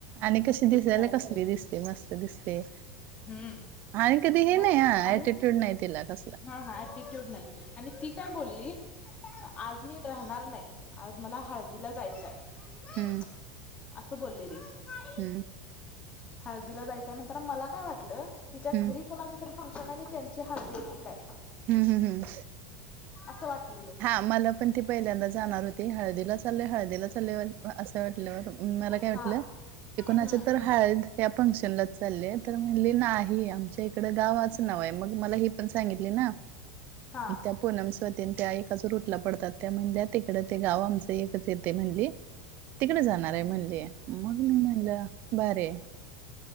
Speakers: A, on the right (about 45°); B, on the left (about 25°).
A: आणि कशी दिसायला
B: काय असेल
A: कसली दिसते मस्त दिसते.
B: हम्म
A: आणि कधी हे नाही
B: मग
A: हा
B: आणि
A: अँटीट्यूड नाही तिला कसला
B: हा हा ऍटिट्यूड नाही आणि ती काय बोली आज मी राहणार नाही. आज मला हळदीला जायचाय.. मम्मी मम्मे..
A: हम्म
B: असं बोललेली.. मम्मी गाी
A: हम्म हं
B: हाळदीला जायचंय म्हणताना मला काय वाटलं तिच्या घरी
A: हम्म
B: कुणाचं तरी फंक्शन हाय आणि त्यांची हळदी आहे की काय
A: हम्म्म हम्म
B: आसं वाटलं.
A: हां मला पण ते पहिल्यांदा जाणावलं ते हळदीला चाललोय हळदीला चाललोय व आ अस अस वाटलं मला काय
B: हा
A: वाटलं ते
B: हम्म
A: कोणाचतर हाळद त्या फंक्शनला चाललेत तर म्हणली नाही आमची ते इकडं गावाचं नाव हाय मग मला ही पण सांगितली ना...
B: हा
A: की त्या पूनमच तेनं त्या एक अजूर उठला पडता त्या म्हणल्या तिकडं ते गाव आमचं एकच येतयं म्हणली तिकडं जाणाराय म्हणजे मग मी म्हणलं भारी हाय